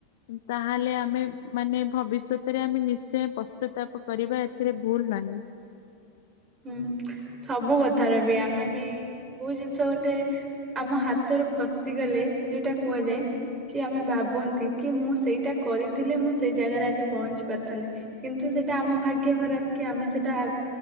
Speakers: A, on the left (about 55°); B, on the right (about 25°).
A: ଉ ତାହେଲେ ଆମେ ମାନେ ଭବିଷୋତରେ ଆମେ ନିଶ୍ ସେ ପଶ୍ଚାତାପ୍ କରିବା ଏଥିରେ ଭୁଲ୍ ନାହିଁ।
B: ହୁଁ ସବୁ କଥାରେ ବି ଆମେ ବି କୋଉ ଜିନିଷ ଗୋଟେ ଆମ ହାତରୁ ଖସିଗଲେ ଯୋଉଟା କୁହାଯାଏ। କି ଆମେ ବାବନ୍ତି କି ମୁଁ ସେଇଟା କରିଥିଲେ ମୁଁ ସେଇ ଜାଗାରେ ଆଜି ପହଞ୍ଚି ପାରିଥାନି। କିନ୍ତୁ ସେଇଟା ଆମ ଭାଗ୍ୟ ଖରାପ କି ଆମେ ସେଇଟା ଆବ୍